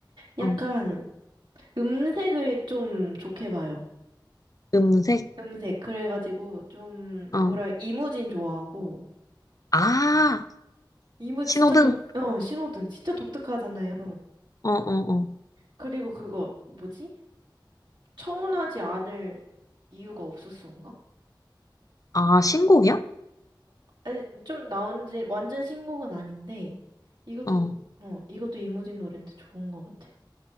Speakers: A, on the right (about 70°); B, on the left (about 45°).
A: 약간
B: 어,
A: 음색을 좀 좋게 봐요.
B: 음색?
A: 음색. 그래가지고 좀
B: 어.
A: 뭐라 이무진 좋아하고
B: 아,
A: 이무
B: 신호등.
A: 진짜 독 어, 신호등 진짜 독특하잖아요.
B: 어, 어, 어.
A: 그리고 그거 뭐지? 청혼하지 않을 이유가 없었어인가?
B: 아, 신곡이야?
A: 아니, 좀 나온 지 완전 신곡은 아닌데 이것도
B: 어,
A: 어 이것도 이무진 노래인데 좋은 것 같아요.